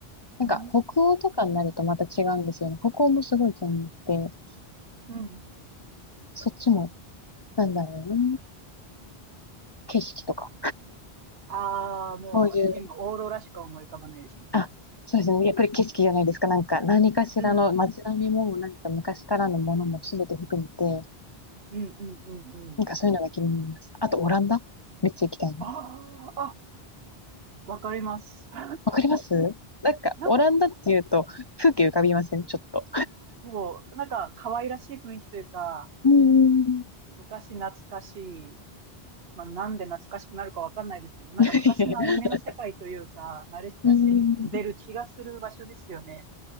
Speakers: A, on the left (about 35°); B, on the right (about 70°).
A: なんか、
B: うーん。
A: 北欧とかになるとまた違うんですよね。北欧もすごい気に入って、
B: うん。
A: そっちも、なんだろうな、景色とか。
B: ああー、もう私今、
A: そういう、
B: オーロラしか思い浮かばないですね。
A: あ、そうですね。やっぱり景色じゃないですか。なんか、何かしらの街並みも、
B: うん。
A: なんか昔からのものも全て含めて、
B: うんうんうんうん。
A: なんかそういうのが気になります。あと、オランダめっちゃ行きたいな。
B: ああ、あ、わかります。<laughs>
A: わかりますなんか、
B: なんか、
A: オランダっていうと、風景浮かびませんちょっと。
B: そう、なんか、可愛らしい雰囲気というか、
A: うーん。
B: 昔懐かしいまあ、なんで懐かしくなるかわかんないですけど、なんか昔のアニメの世界というか、
A: <laughs>
B: 慣れ親しんでる気がする場所ですよね。
A: うーん。